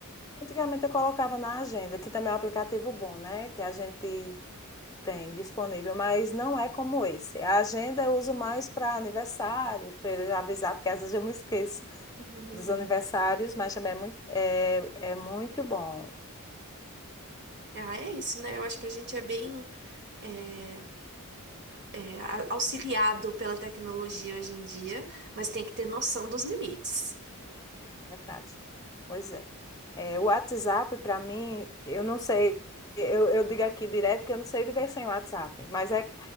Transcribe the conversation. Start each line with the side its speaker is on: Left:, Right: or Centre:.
Left: Antigamente eu colocava na agenda, que também é um aplicativo bom, né? Que a gente tem disponível, mas não é como esse. A agenda eu uso mais para aniversários, para ele avisar, porque às vezes eu me esqueço.
Right: <laughs>
Left: dos aniversários, mas também é muito, é, é muito bom,
Right: Ah, é isso, né? Eu acho que a gente é bem eh, é, a- auxiliado pela tecnologia hoje em dia, mas tem que ter noção dos limites.
Left: é verdade. Pois é. É, o WhatsApp, para mim, eu não sei, eu, eu digo aqui direto que eu não sei viver sem o WhatsApp, mas é,